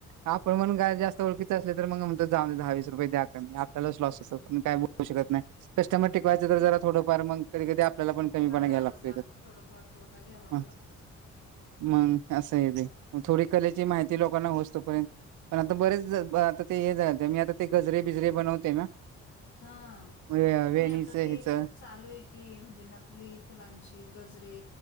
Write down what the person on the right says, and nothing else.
आपण पण काय जास्त ओळखीच असले तर मग म्हणत जाऊ दहावीस रुपये द्या कमी, आपल्यालाच लॉस होतो पण काय बोलू शकत नाही. कस्टमर
टिकवायचा तर जरा थोडफार मग कधी कधी आ आपल्याला पण कमीपणा
घ्यायला
लागतोय.
हा
मग असंय ते, थोडी कलेची माहिती लोकांना होस्तोपर्यंत पण आता बरेच आता ते हे झालं मी आता ते गजरे बिजरे बनवते ना,
वे- वेणीचं
ह्याचं